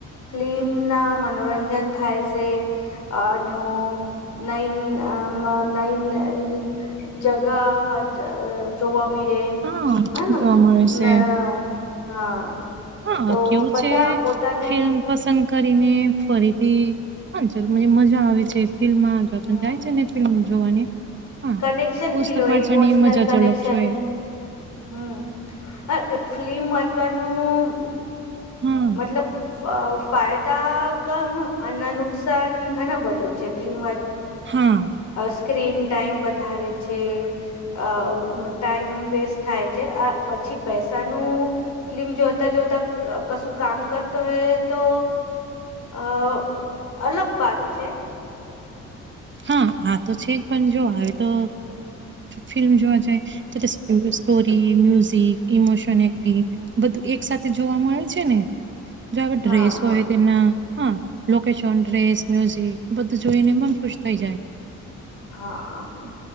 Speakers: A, on the left; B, on the right.
A: ફિલ્મ ના મનોરંજન થાય છે અ ન નૈન અ નન એ <inaudible> જગા જોવા મળે
B: હા
A: હમ
B: જોવા મળે છે
A: ના હા
B: હા
A: તો
B: કેવું
A: બધા
B: છે
A: પોતાને
B: ફિલ્મ પસંદ કરીને ફરીથી પણ જ મ મજા આવે છે ફિલ્મમાં જાય
A: હમ
B: છે ને ફિલ્મ જોવાની હા
A: કનેક્શન
B: પુસ્તક
A: ફીલ હોય
B: પાછળની
A: ઇમોશનલ
B: મજા
A: કનેક્શન
B: અલગ છે
A: હમ આ ફિલ્મ વાંચવાનું
B: હા
A: મતલબ અ ફાયદા કમ અને નુકસાન ઘણા બધો છે ફલીમ
B: હા
A: સ્ક્રીન ટાઈમ વધારે છે અ ટાઈમ વેસ્ટ થાય છે આ પછી બેસાનું ફિલ્મ જો તા જોતા કશું કામ કરતો હૈ તો અ અલગ બાત છે
B: હા આ તો છે જ પણ જો
A: હમ
B: હ તો
A: હમ
B: ફિલ્મ જોવા જઈ તો તે સ્ટોરી મ્યુઝિક ઇમોશન એક્ટિ
A: હા
B: બધું એક સાથે જોવા મળે છે ને જો હવે ડ્રેસ
A: હા
B: હોય તેના હા લોકેશન ડ્રેસ મ્યુઝિક બધું જોઈને મન ખુશ થઈ જાય
A: હા